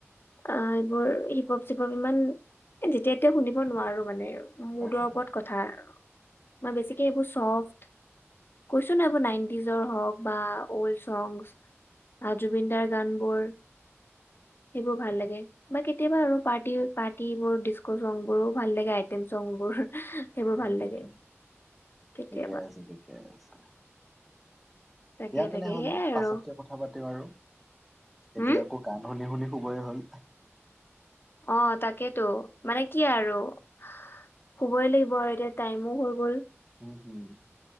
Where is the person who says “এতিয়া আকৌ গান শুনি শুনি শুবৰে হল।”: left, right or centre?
Centre